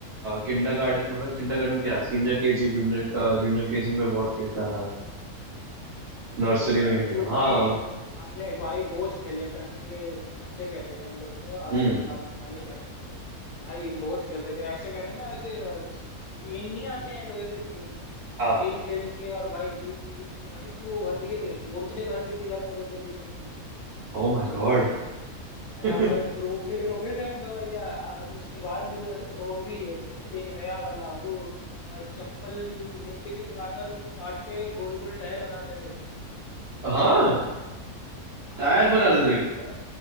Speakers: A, on the right; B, on the left.
A: किंडरगार्टन मतलब किंडरगार्टन में क्या senior KG junior junior KG में बहुत खेलता था
B: अच्छा
A: नर्सरी
B: अच्छा
A: में खेलता
B: तो
A: था हाँ
B: नहीं हमने भाई बहुत खेले कंचे कंचे कहते थे हम लोग तो आप
A: हम्म
B: आप पता नहीं क्या कहते हैं भाई बहुत खेलते थे ऐसे मैंने ना ऐसे अ, टीन नहीं आते हैं लोहे के टीन
A: हाँ
B: खेल खेल के और भाई जीत जीत के भाई मैंने वो भर दिए थे बोतलें भर दी थी घर में दो दो लीटर की
A: Oh my god <laughs>
B: हम भाई प्रो प्लेयर हो गए थे हम तो भैया और उसके बाद और भी एक नया वाला वो अ, चप्पल मिलती थी पुराने वाले उनको काट के गोल गोल टायर बनाते थे
A: हाँ
B: हाँ
A: टायर
B: सच
A: बनाते
B: में भाई
A: थे
B: अ,